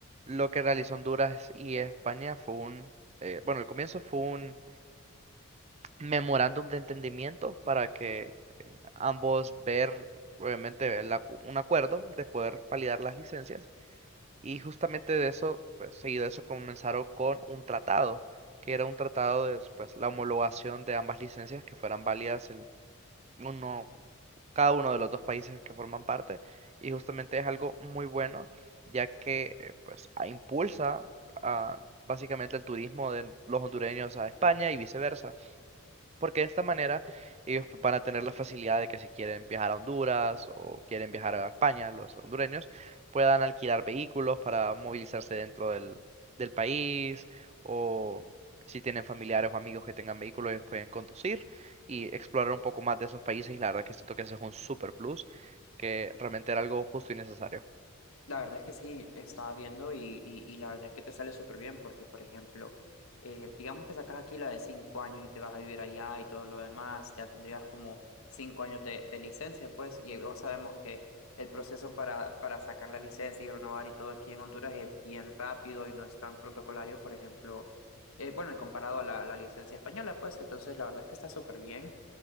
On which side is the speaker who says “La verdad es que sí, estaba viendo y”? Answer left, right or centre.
Left